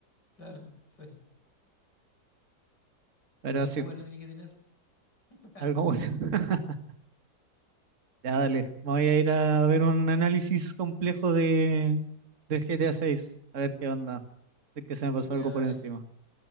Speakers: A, on the left (about 75°); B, on the right (about 45°).
A: claro, <laughs> sí.
B: Pero
A: Algo
B: sí,
A: bueno tiene que tener. <laughs>
B: algo bueno. <laughs> Ya, dale. Me voy a ir a ver un análisis complejo de, del GTA 6. A seis. A ver qué onda. Es que se me pasó
A: Ya,
B: algo
A: dale.
B: por encima.